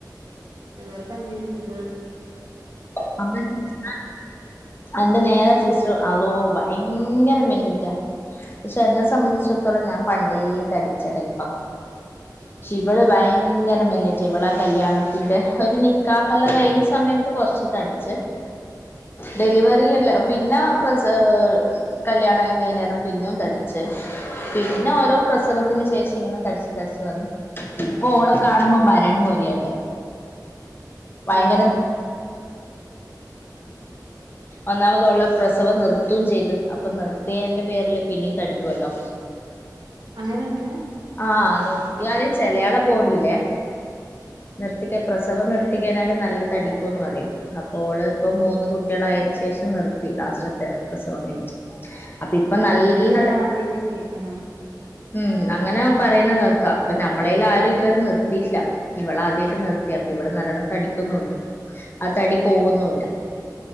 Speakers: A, on the right (about 80°); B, on the left (about 30°).
A: ചിലവർക്ക് അങ്ങനെയുണ്ട്.
B: <unintelligible> എന്റെ നേരെ സിസ്റ്ററ് അള്ളോ ഭയങ്കര മെലിഞ്ഞിട്ടാ. പക്ഷെ എന്നെ സംബന്ധിച്ചിടത്തോളം ഞാൻ പണ്ടേ തടിച്ച ടൈപ്പാ. പക്ഷെ ഇവള് ഭയങ്കര മെലിഞ്ഞിട്ടാ ഇവളാ കല്യാണത്തിന്റെ ഒരു നിക്കാഹെല്ലാം കഴിഞ്ഞ സമയത്ത് കുറച്ച് തടിച്ച്. ഡെലിവറി എല്ല പിന്നെ പ്രസ കല്യാണേല്ലാം കഴിയുന്നേരം പിന്നേം തടിച്ച്. പിന്നെ ഓരോ പ്രസവത്തിന് ശേഷം ഇങ്ങനെ തടിച്ച് തടിച്ച് വന്നി ഇപ്പൊ ഓളെ കാണുമ്പോ ഭരണി പോലെയളെ ഭയങ്കരം
A: ഓ
B: ഒന്നാമതെ ഓൾടെ പ്രസവം നിർത്തും ചെയ്ത്. അപ്പൊ നിർത്തിയെന്റെ പേരില് പിന്നേം തടിക്കുവല്ലോ.
A: അങ്ങനെണ്ട്
B: ആഹ് നിർത്തിയാല് ചിലയാൾടെ ബോഡില്. നിർത്തിക്ക പ്രസവം നിർത്തി കഴിഞ്ഞാല് നല്ല തടിക്കുന്ന്‌ പറയും. ഓള് ഇപ്പം മൂന്ന് കുട്ടികളായേന് ശേഷം നിർത്തി ലാസ്റ്റത്തെ പ്രസവം കഴിഞ്ഞിട്ട് അപ്പൊ ഇപ്പൊ നല്ല
A: ഇതിപ്പിയാ ആദ്യേട്ടാ കേക്കണെ
B: മ്മ്. അങ്ങനെ പറയുന്ന കേൾക്കാ. പ്പ ഞമ്മളെൽ ആരും ഇതുവരെ നിർത്തിട്ടില്ല. ഇവള് ആദ്യായിട്ട് നിർത്തി. അപ്പ ഇവള് നല്ലോണം തടിക്കുന്നുണ്ട്. ആ തടി പോവുന്നുല്ലാ